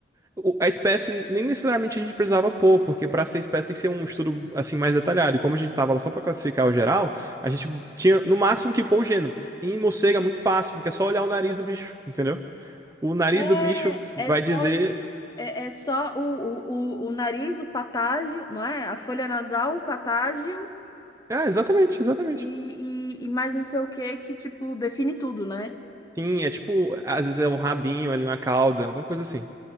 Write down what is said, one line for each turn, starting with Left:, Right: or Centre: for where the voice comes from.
Right: o- a espécie nem necessariamente a gente precisava pôr, porque para ser espécie tem que ser um estudo assim mais detalhado. E como a gente estava lá só para classificar o geral, a gente tinha no máximo que pôr o gênero. E em morcego é muito fácil, porque é só olhar o nariz do bicho, entendeu? O nariz
Left: É,
Right: do bicho vai
Left: é só.
Right: dizer.
Left: É, é só o, o, o, o nariz, o patágio, não é? A folha nasal, o patágio
Right: Ah, exatamente, exatamente.
Left: e, e, e mais não sei o que que, tipo, define tudo, né?
Right: Sim, é tipo, às vezes é o rabinho ali, uma cauda, alguma coisa assim.